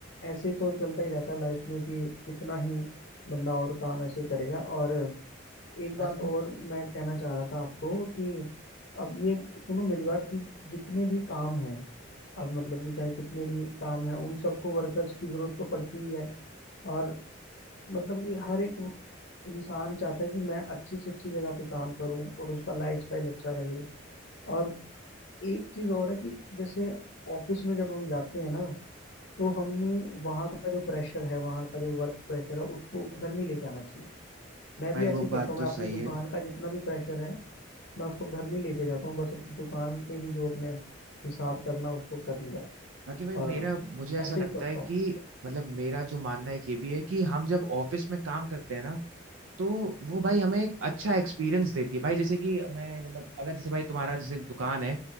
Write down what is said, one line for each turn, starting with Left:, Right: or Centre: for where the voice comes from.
Left: ऐसे तो चलता ही रहता है लाइफ में कि इतना ही बंदा और काम ऐसे करेगा और एक बात
Right: बाकी भी
Left: और मैं कहना चाह रहा था आपको कि अब ये सुनो मेरी बात कि जितने भी काम हैं अब मतलब कि चाहे कितने भी काम हैं उन सबको वर्कर्स की जरूरत तो पड़ती ही है और मतलब कि हर एक इंसान चाहता है कि मैं अच्छी से अच्छी जगह पे काम करूं और उसका लाइफस्टाइल अच्छा रहे और एक चीज और है कि जैसे ऑफिस में जब हम जाते हैं ना तो हमें वहाँ का जो प्रेशर है वहाँ का जो वर्क प्रेशर है उसको घर नहीं लेके आना चाहिए मैं
Right: भाई
Left: भी ऐसे
Right: वो
Left: ही करता
Right: बात
Left: हूँ
Right: तो
Left: मैं अपनी
Right: सही है
Left: दुकान का जितना भी प्रेशर है मैं उसको घर नहीं लेके जाता हूँ बस दुकान पे ही जो अपने हिसाब करना उसको कर लिया
Right: बाकी भाई मेरा
Left: और
Right: मुझे ऐसा
Left: ऐसे
Right: लगता
Left: ही करता
Right: है कि
Left: हूँ
Right: मतलब मेरा जो मानना है एक ये भी है कि हम जब ऑफिस में काम करते हैं ना तो वो भाई हमें एक अच्छा एक्सपीरियंस देती है भाई जैसे कि मैं मतलब अगर जैसे भाई तुम्हारा जैसे दुकान है